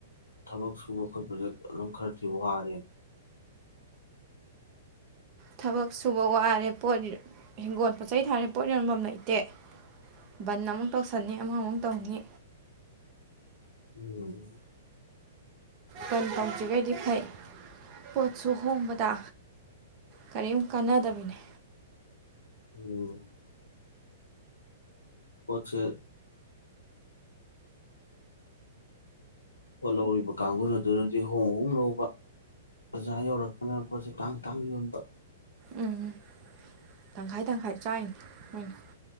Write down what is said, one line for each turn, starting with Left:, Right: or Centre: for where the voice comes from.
Left: ꯊꯕꯛ ꯁꯨꯕ ꯈꯣꯠꯄꯁꯦ ꯑꯗꯨꯝ ꯈꯔꯗꯤ ꯋꯥꯔꯦ
Right: ꯊꯕꯛ ꯁꯨꯕ ꯋꯥꯔꯦ ꯄꯣꯠ ꯍꯤꯡꯒꯣꯜ ꯄꯣꯠ ꯆꯩ ꯊꯥꯔꯦ ꯄꯣꯠ ꯌꯣꯟꯐꯝ ꯂꯩꯇꯦ ꯕꯟ ꯑꯃꯨꯛ ꯇꯧꯁꯟꯅꯤ ꯑꯃꯨꯛ ꯑꯃꯨꯛ ꯇꯧꯅꯤ
Left: ꯎꯝ
Right: ꯕꯥꯟ ꯇꯧꯗ꯭ꯔꯤꯈꯩꯗꯤ ꯐꯩ ꯄꯣꯠꯁꯨ ꯍꯣꯡꯕꯗ ꯀꯔꯤꯝ ꯀꯥꯟꯅꯗꯕꯤꯅꯦ
Left: ꯎꯝ ꯄꯣꯠꯁꯦ ꯄꯣꯠ ꯂꯧꯔꯤꯕ ꯀꯥꯡꯒꯨ ꯑꯗꯨꯅꯗꯤ ꯍꯣꯡ ꯍꯣꯡ ꯂꯧꯕ ꯑꯣꯖꯥ ꯕꯖꯥꯔ ꯌꯧꯔꯛꯄꯅ ꯄꯣꯠꯁꯦ ꯇꯥꯡ ꯇꯥꯡ ꯌꯣꯟꯕ
Right: ꯎꯝ ꯇꯪꯈꯥꯏ ꯇꯪꯈꯥꯏ ꯆꯥꯏꯅꯤ ꯃꫭꯏꯅ